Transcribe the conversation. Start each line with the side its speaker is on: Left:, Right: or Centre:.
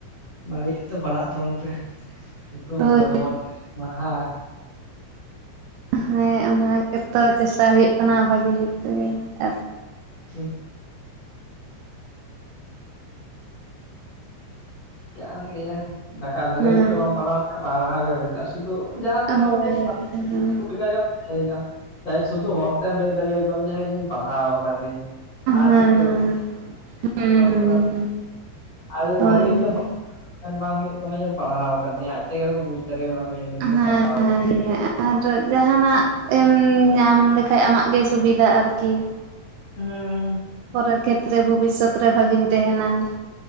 Left: ᱵᱷᱟᱜᱮ ᱡᱩᱛ ᱛᱮ ᱯᱟᱲᱦᱟᱜ ᱛᱟᱵᱚᱱ ᱯᱮ ᱾ ᱧᱩᱛᱩᱢ
Right: ᱦᱳᱭ
Left: ᱠᱚ ᱡᱮᱢᱚᱱ ᱢᱟᱦᱟ
Right: ᱦᱮᱸ ᱚᱱᱟ ᱜᱮᱛᱚ ᱪᱮᱥᱴᱟ ᱦᱩᱭᱩᱜ ᱠᱟᱱᱟ ᱵᱷᱟᱹᱜᱤ ᱡᱩᱛ ᱛᱮᱜᱮ, ᱟᱨ
Left: <unintelligible> ᱠᱟᱱ ᱜᱮᱭᱟ ᱫᱟᱠᱟ ᱵᱷᱟᱹᱜᱮ
Right: ᱦᱮᱸ
Left: ᱡᱩᱛ ᱛᱮ ᱵᱟᱢ ᱯᱟᱲᱟᱣ ᱯᱟᱲᱟᱣᱟᱜᱮ ᱵᱮᱠᱟᱨ ᱥᱩᱫᱩ ᱡᱟᱦᱟ ᱛᱤᱱᱟᱜ
Right: ᱦᱳᱭ ᱦᱳᱭ
Left: ᱦᱚᱲ ᱠᱚ
Right: ᱦᱮᱸ
Left: <unintelligible> ᱦᱮᱡ ᱱᱟ ᱡᱟᱭ ᱥᱩᱫᱩ ᱦᱚᱲᱛᱮᱢ ᱞᱟᱹᱭ ᱫᱟᱲᱮᱭ ᱟᱠᱚᱣᱟᱢ ᱡᱮ ᱤᱧ ᱯᱟᱲᱦᱟᱣ ᱟᱠᱟᱫᱟᱹᱧ ᱟᱨ
Right: ᱦᱮᱸ
Left: ᱪᱮᱫ ᱜᱮ
Right: ᱦᱮᱸ
Left: <unintelligible>
Right: ᱦᱮᱸ
Left: ᱟᱨ ᱡᱩᱫᱤ
Right: ᱦᱳᱭ
Left: ᱵᱷᱟᱹᱜᱤ ᱡᱩᱛᱮᱢ
Right: ᱦᱳᱭ
Left: ᱯᱟᱲᱦᱟᱣ ᱵᱟᱝ ᱦᱩᱭᱩᱜ ᱛᱟᱢᱟᱮ ᱯᱟᱲᱦᱟᱣ ᱠᱟᱫᱮᱭᱟ ᱟᱡ ᱾ ᱛᱮᱜᱮ ᱠᱚ ᱵᱩᱡᱽ ᱫᱟᱲᱮ ᱟᱢᱟ ᱡᱮ ᱱᱩᱭ
Right: ᱦᱮᱸ
Left: ᱫᱚᱭ ᱯᱟᱲᱦᱟᱣ ᱠᱟᱫ -
Right: <unintelligible> ᱟᱨ ᱡᱟᱦᱟᱱᱟᱜ ᱮᱢ ᱧᱟᱢ ᱞᱮᱠᱷᱟᱡ ᱟᱢᱟᱜ ᱜᱮ ᱥᱩᱵᱤᱫᱷᱟ ᱟᱨᱠᱤ ᱾
Left: <unintelligible>
Right: ᱯᱚᱨᱮ ᱠᱷᱮᱛᱛᱮᱨᱮ ᱵᱷᱚᱵᱤᱥᱥᱚᱛ ᱨᱮ ᱵᱷᱟᱹᱜᱤᱢ ᱛᱟᱦᱮᱱᱟ ᱾